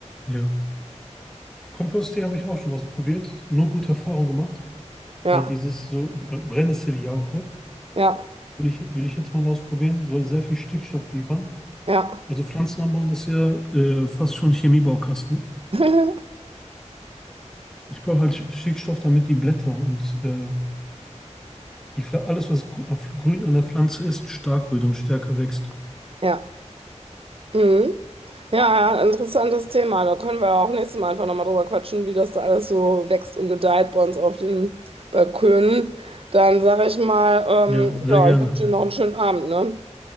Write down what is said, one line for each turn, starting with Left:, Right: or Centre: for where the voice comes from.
Centre: ja. Kompost.de habe ich auch schon ausprobiert, nur gute Erfahrungen gemacht.
Right: Ja.
Centre: Weil dieses so Br- Brennnesseljauche
Right: Ja.
Centre: will ich, will ich jetzt mal ausprobieren, soll sehr viel Stickstoff liefern.
Right: Ja.
Centre: Also Pflanzen anbauen ist ja äh, fast schon Chemiebaukasten.
Right: <laughs>
Centre: Ich brauche halt Stickstoff, damit die Blätter und äh, die, Pfla- alles, was gr- auf- grün an der Pflanze ist, stark wird und stärker wächst.
Right: Ja. Mhm. Ja, ja, interessantes Thema. Da können wir auch nächstes Mal einfach nochmal drüber quatschen, wie das da alles so wächst und gedeiht bei uns auf den Balkönen. Dann sage ich mal,
Centre: Ja,
Right: ähm,
Centre: sehr
Right: ja,
Centre: gerne.
Right: ich wünsche dir noch einen schönen Abend, ne?